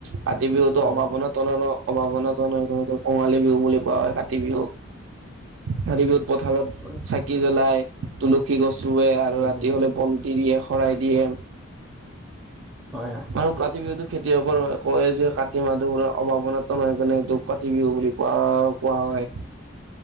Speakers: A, on the right (about 60°); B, in the centre.
A: কাতি বিহুতো
B: হয়
A: অভাৱনা তুলন সম্ভাৱনাাত নহয় কঙালী বিহু বুলি কোৱা হয় কাতি বিহুক কাতি বিহুত পথাৰত
B: হয়
A: চাকি জ্বলাই তুলসী গছ ৰুৱে আৰু
B: উম
A: ৰাতি
B: উম
A: হ'লে বন দিয়ে শৰাই দিয়ে।
B: হয় হয়
A: আৰুাৰ কতি বি খেতিয়কৰ কয় যে কাতি মাহটো পৰা অভাৱনাত নহয় কাৰণে এইেইটো কাতি বিহু বুলি কোৱা। ায়